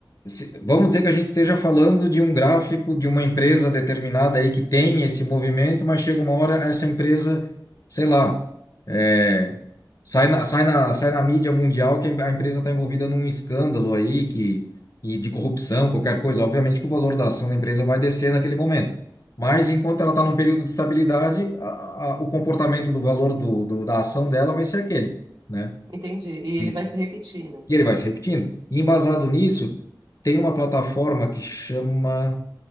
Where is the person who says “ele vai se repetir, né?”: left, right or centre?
Right